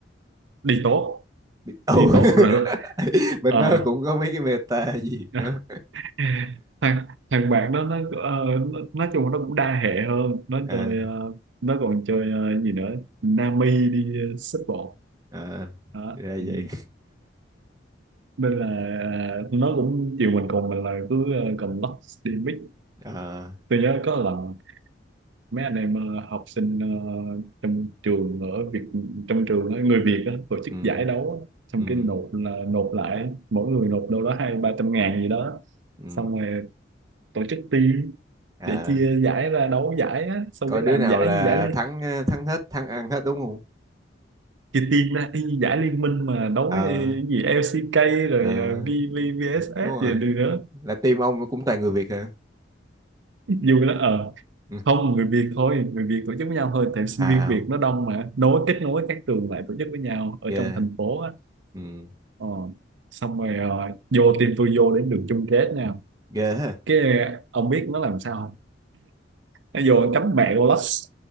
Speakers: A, on the right (about 70°); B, on the right (about 20°).
A: đi tốt
B: ừ
A: đi
B: <laughs>
A: tốt rồi
B: mình
A: ờ,
B: nó cũng có mấy cái meta gì
A: <laughs>
B: nữa
A: thằng thằng bạn đó nó ờ, nó- nói chung là nó cũng đa hệ hơn nó
B: à,
A: chơi ờ, nó còn chơi ờ, gì nữa Nami đi uh, xếp bộ
B: à
A: đó
B: ra
A: ừ.
B: vậy
A: nên là ờ, nó cũng chiều mình cùng mình là cứ ờ, cầm lắc đi mix
B: à,
A: tôi nhớ có lần mấy anh em ờ, học sinh ờ, trong trường ở Việt trong trường á, người Việt á, tổ chức
B: ừ,
A: giải đấu á. xong
B: ừ,
A: cái nộp là nộp lại mỗi người nộp đâu đó hai ba trăm ngàn gì đó
B: ừ.
A: xong rồi tổ chức team
B: à
A: để chia giải ra đấu giải á xong
B: coi
A: cái
B: đứa
A: làm
B: nào
A: giải
B: là
A: như giải liên-
B: thắng ờ, thắng hết thắng ăn hết đúng không
A: chia team ra y như giải liên minh mà đấu
B: ờ
A: với cái gì LCK rồi
B: ờ,
A: ờ, V V VSS
B: đúng rồi
A: gì đi nữa
B: là team ông cũng toàn người Việt hả
A: vui lắm ờ
B: Ừ.
A: không người Việt thôi người Việt tổ chức với nhau thôi tại sinh
B: À,
A: viên
B: ào.
A: Việt nó đông mà nối kết nối các trường lại tổ chức với nhau ở
B: ghê.
A: trong thành phố á
B: Ừ,
A: Ờ, xong rồi ờ, vô team tôi vô đến đường chung kết nha
B: ghê ha.
A: cái ông biết nó làm sao không nó vô nó cắm mẹ con Lux